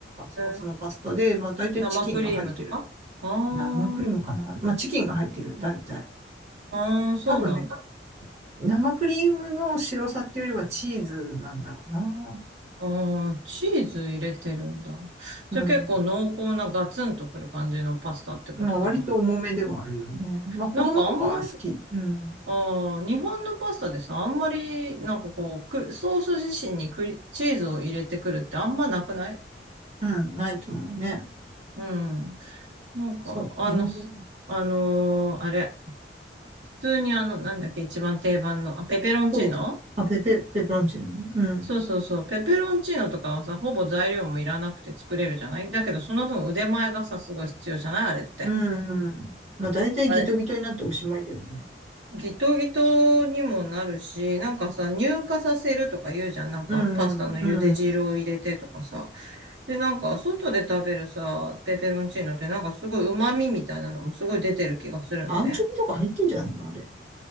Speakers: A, on the right (about 35°); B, on the right (about 80°).
A: ソースのパスタで、
B: え、
A: まあ大体チキンが入ってる。
B: 生クリームとかあー、
A: 生クリームかなまあ、チキンが入ってる、大体。
B: あー、そうなんだ。
A: 多分ね、生クリームの白さっていうよりはチーズなんだろうな。
B: あー、チーズ入れてるんだ。
A: うん。
B: じゃあ結構濃厚なガツンとくる感じのパスタってことかな。
A: まあ、割と重めではあるよね。まあ、子供とかは好き。
B: なんかあんまり、
A: うん。
B: あー、日本のパスタでさ、あんまり、なんかこう、く、ソース自身にクリチーズを入れてくるってあんまなくない
A: うん、ないと思うね。
B: うん。なんか、
A: そうかね。
B: あの、あのーあれ、普通にあの、なんだっけ、一番定番の、あ、ペペロンチーノ
A: ナポリタン。まあ、ペペ、ペペロンチーノね。うん。
B: そうそうそう。ペペロンチーノとかはさ、ほぼ材料もいらなくて作れるじゃないだけど、その分腕前がさ、すごい必要じゃないあれって。
A: うん、うん。まあ、大体ギトギトになっておしまいだよね。
B: あれ、ギトギトにもなるし、なんかさ、乳化させるとか言うじゃん。なんか、
A: うん、
B: パスタの茹で汁を入れてとかさ。
A: うん。
B: で、なんか、外で食べるさ、ペペロンチーノってなんかすごい旨味みたいなのもすごい出てる気がするのね。
A: アンチョビとか入ってんじゃないのあれ。